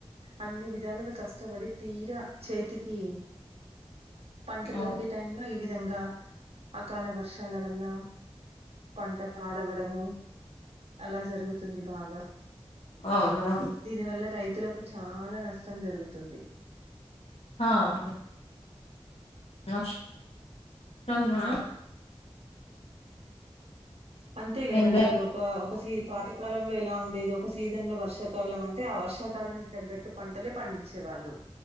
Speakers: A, on the right (about 70°); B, on the left (about 65°).
A: అన్ని విధాలుగా కష్టపడి. తీర చేతికి, పంట
B: అవును
A: దొరికే టైంలో, ఈ విధంగా అకాల వర్షాల వల్ల. పంట పాడవడము అలా జరుగుతుంది. బాగా,
B: అవునవును
A: దీనివల్ల రైతులకు చాలా నష్టం జరుగుతుంది.
B: హా అహ్ నష్ట నమా
A: అంతే కదండి
B: ఎంద
A: ఇప్పుడు ఒక ఒక సీన్ పాతకాలంలో ఎలా ఉండేది. ఒక సీజన్ లో వర్షాకాలం అంటే ఆ వర్ష. వర్షాకాలానికి తగ్గట్టు పంటలే పండించే వాళ్ళు.